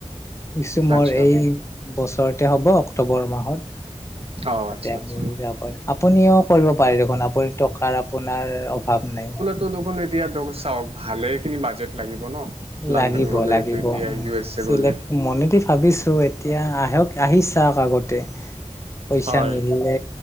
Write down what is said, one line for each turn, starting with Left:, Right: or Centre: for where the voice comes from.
Left: ইচো মোৰ
Right: আচ্ছা
Left: এই বছৰতে হ'ব অক্টোবৰ মাহত।
Right: অঁ
Left: তাতে
Right: আচ্ছা
Left: আমি
Right: আচ্ছা
Left: যাব পাৰো। আপুনিও কৰিব পাৰে দেখোন, আপুনি টকাৰ আপোনাৰ অভাৱ নাই।
Right: ত দেখোন এতিয়া চাওক ভালেইখিনি বাজেট লাগিব ন। লণ্ডন
Left: লাগিব
Right: গ'লে
Left: লাগিব।
Right: এইটো এতিয়া
Left: উম
Right: ইউ এছ এ
Left: চিলেক
Right: গ'লে
Left: মনেদি ভাবিছো এতিয়া আহক আহি চাওক আগতে। পইচা
Right: হয়
Left: মিলিলে